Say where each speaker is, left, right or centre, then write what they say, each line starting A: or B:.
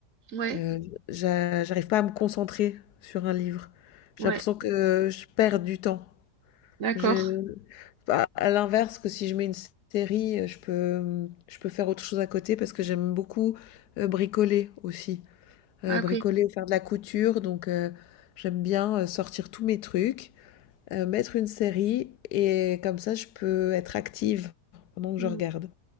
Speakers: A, on the right; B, on the left.
A: Ouais,
B: Euh, j'a- j'arrive pas à me concentrer sur un livre. J'ai
A: ouais.
B: l'impression que je perds du temps.
A: D'accord.
B: Je bah, à l'inverse que si je mets une série, heu, je peux, mmh, je peux faire autre chose à côté parce que j'aime beaucoup, heu, bricoler aussi, heu,
A: Ah,
B: bricoler
A: ok.
B: ou faire de la couture donc heu, j'aime bien, heu, sortir tous mes trucs, heu, mettre une série et comme ça je peux être active pendant que
A: Hmm.
B: je regarde.